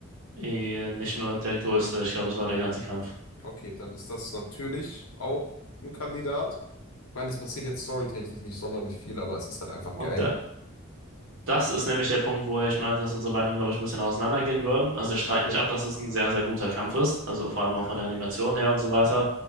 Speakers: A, on the right; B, on the left.
A: Eh, nicht nur der größte, ich glaube, es war der ganze Kampf.
B: Okay, dann ist das natürlich auch ein Kandidat. Ich meine, es passiert jetzt storytechnisch nicht sonderlich viel, aber es ist halt einfach
A: Und
B: geil.
A: da, das ist nämlich der Punkt, wo ich meinte, dass unsere Meinungen, glaube ich, ein bisschen auseinandergehen würden. Also ich streite
B: Okay.
A: nicht ab, dass es ein sehr, sehr guter Kampf ist. Also vor allem
B: Ja.
A: auch von der Animation her und so weiter.